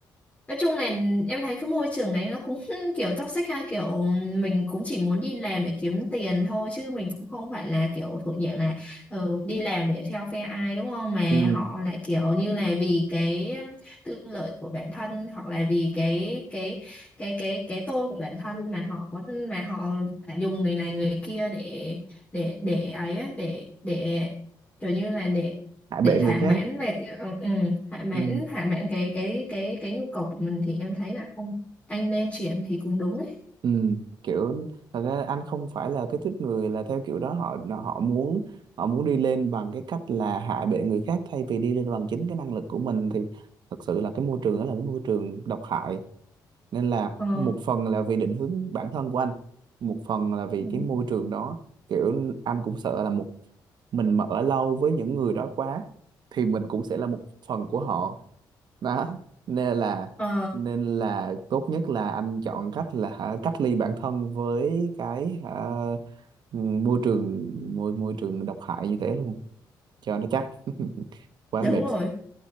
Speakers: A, on the left; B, on the right.
A: Nói chung là em thấy cái môi trường đấy nó cũng <laughs> kiểu toxic ha kiểu mình cũng chỉ muốn đi làm để kiếm tiền thôi chứ mình cũng không phải là kiểu thuộc dạng là ừ, đi làm để theo phe ai đúng không mà
B: Ừ.
A: họ lại kiểu như là vì cái tư lợi của bản thân hoặc là vì cái cái cái cái cái tôi của bản thân mà họ có mà họ dùng người này người kia để để để ấy á, để để kiểu như là để
B: Hại
A: để
B: bệ
A: thỏa
B: người khác
A: mãn về cái- ừ, ừ, thỏa mãn
B: ừ
A: thỏa mãn cái cái cái cái nhu cầu của mình thì em thấy là không anh nên chuyển thì cũng đúng ấy
B: ừ kiểu thật ra anh không phải là cái tuýp người là theo kiểu đó họ họ muốn họ muốn đi lên bằng cái cách là hạ bệ người khác thay vì đi lên bằng chính cái năng lực của mình thì thật sự là cái môi trường đó là cái môi trường độc hại nên là
A: ờ,
B: một phần là vì định hướng bản thân của anh một phần là vì
A: Ừ.
B: cái môi trường đó kiểu anh cũng sợ là một mình mà ở lâu với những người đó quá thì mình cũng sẽ là một phần của họ đó nên là
A: ờ,
B: nên là tốt nhất là anh chọn cách là hả, cách ly bản thân với cái hả, môi trường môi môi trường độc hại như thế luôn cho nó chắc <laughs> quá
A: đúng
B: mệt
A: rồi